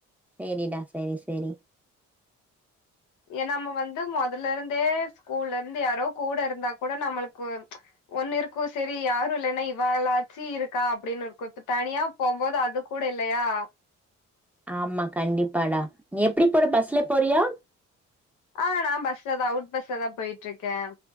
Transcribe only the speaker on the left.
ஏ நம்ம வந்து மொதல இருந்தே ஸ்கூல்ல இருந்து யாரோ கூட இருந்தா கூட நம்மளுக்கு ஒண்ணு இருக்கு செரி யாரு இல்லன்னா இவாலாச்சு இருக்கா அப்டின்னு இருக்கு இப்ப தனியா போம்போது அது கூட இல்லையா
ஆ நான் பஸ்ல தான் ரூட் பஸ்ல தான் போயிட்டு இருக்கே